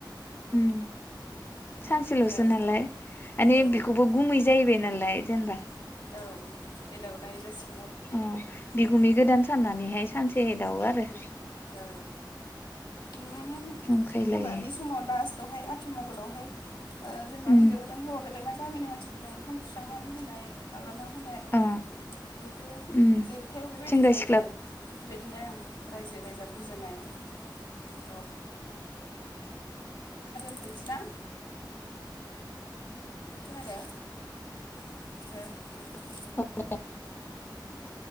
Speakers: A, on the left (about 25°); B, on the left (about 80°).
A: उम सानसे <unintelligible>
B: औ
A: नालाय मान
B: औ
A: बेखौबो गुमै जाहैबाय नालाय। दे होनबा
B: औ एदावनाय जासि
A: अम बिगुमनि गोदान साननानैहाय सानसे। दानो आरो
B: औ उम
A: जंखायलायो
B: हाबानि समाव लास्ट दहाय आथिमंगलावहाय ओ जेनेबा
A: उम
B: हिनजाव गोदान हौवा गोदाना गामिनि मानसिफोरनो ओंखाम खुस्रांनानै होनाय माबाना। होनाय
A: अ
B: बेफोरो
A: उम
B: जोबथायाव बेबायदि
A: सेंग्रा
B: जायो
A: सिख्लाफोर
B: आरो बेदिनो रायजो। जा बुजिनाय औ। दोनहैनाय? खोनादों <inaudible>
A: <unintelligible>